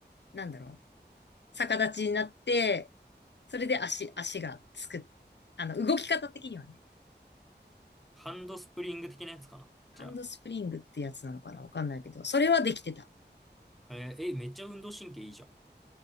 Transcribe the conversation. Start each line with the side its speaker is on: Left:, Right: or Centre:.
Left: なんだろう。逆立ちになって、それで足、足がつく。あの、動き方的にはね。
Centre: ハンドスプリング的なやつかな。
Left: ハンドスプリングってやつなのかなわかんないけど、
Centre: じゃ
Left: それはできてた。
Centre: あ。へえ、え、めっちゃ運動神経いいじゃん。